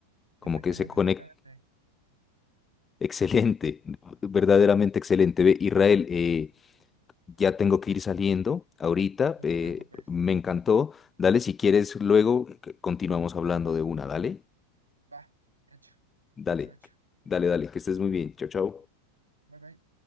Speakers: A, on the left; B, on the right.
A: como
B: exactamente,
A: que se conecte.
B: exactamente.
A: <laughs> Excelente, verdaderamente excelente. Ve, Israel, eh, ya tengo que ir saliendo ahorita.
B: No
A: eh,
B: te preocupes.
A: me encantó. Dale, si quieres, luego c- continuamos hablando de una. Dale,
B: Va, hecho,
A: dale,
B: hecho, hecho.
A: dale, dale, que estés muy bien. Chao, chao.
B: Bye bye.